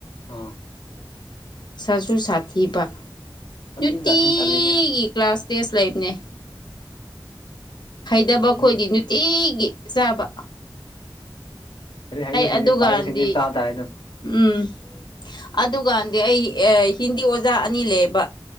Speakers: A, on the left (about 85°); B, on the left (about 60°).
A: ꯑꯥ
B: ꯁꯥꯁꯨꯨ ꯁꯥꯊꯤꯕ
A: ꯁꯥꯊꯤꯕ
B: ꯅꯨꯡꯇꯤꯒꯤ
A: ꯖꯥꯠꯁꯤꯅꯤ ꯇꯜꯂꯤꯁꯦ
B: ꯀ꯭ꯂꯥꯁ ꯇꯦꯁ ꯂꯥꯏꯞꯅꯦ ꯍꯩꯗꯕ ꯈꯈꯣꯏꯗꯤ
A: ꯂꯥꯏꯔꯤꯛ
B: ꯅꯨꯡꯇꯤꯒꯤ ꯆꯥꯕ
A: ꯑꯗꯨ ꯍꯥꯏꯩꯕꯁꯤꯡꯗꯤ
B: ꯑꯩ ꯑꯗꯨꯀꯥꯟꯗꯤ
A: ꯄꯥꯕꯁꯤꯡꯁꯤꯗꯤ ꯆꯥ ꯇꯥꯔꯦ ꯑꯗꯨꯝ
B: ꯎꯝ ꯑꯗꯨꯀꯥꯟꯗꯤ ꯑꯩ ꯍꯤꯟꯗꯤ ꯑꯣꯖꯥ ꯑꯅꯤ ꯂꯩꯌꯦꯕ